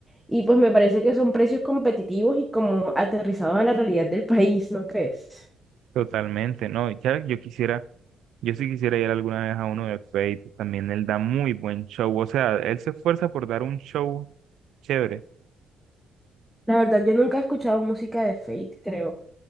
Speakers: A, in the centre; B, on the right.
A: y pues me parece que son precios competitivos y como aterrizados a la realidad del país, ¿no crees?
B: totalmente, ¿no? Ya yo quisiera, yo sí quisiera ir alguna vez a uno de Fate, también él da muy buen show, o sea, él se esfuerza por dar un show chévere.
A: La verdad, yo nunca he escuchado música de Fate, creo.